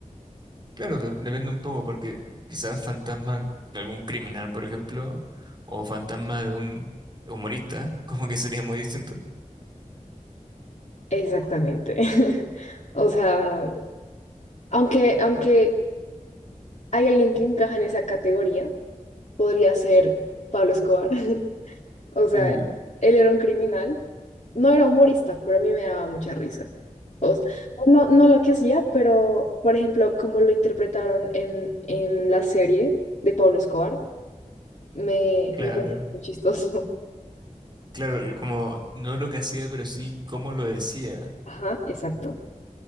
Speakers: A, on the right; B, on the left.
A: Claro, de- depende un poco, porque quizás fantasma de algún criminal, por ejemplo, o fantasma de un humorista, <laughs> como que sería muy distinto.
B: Exactamente. <laughs> O sea, aunque, aunque hay alguien que encaja en esa categoría, podría ser Pablo Escobar. <laughs> O sea,
A: Uh,
B: él era un criminal. No era humorista, pero a mí me daba mucha risa. O s- no, no lo que hacía, pero, por ejemplo, como lo interpretaron en, en la serie de Pablo Escobar, me,
A: claro.
B: me parece muy chistoso.
A: Claro, el- como no lo que hacía, pero sí cómo lo decía.
B: <laughs> Ajá, exacto.